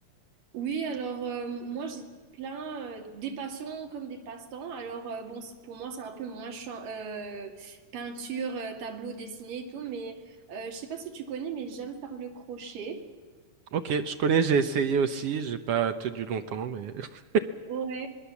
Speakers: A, on the right; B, on the right.
A: Oui, alors euh, moi j'ai plein euh, des passions comme des passe-temps. Alors euh, bon, c'est- pour moi c'est un peu moins chan- euh, peinture, euh, tableau dessiné et tout, mais euh, je sais pas si tu connais, mais j'aime faire le crochet.
B: Ok, je connais, j'ai essayé aussi, j'ai pas tenu longtemps, mais <laughs>
A: Ouais.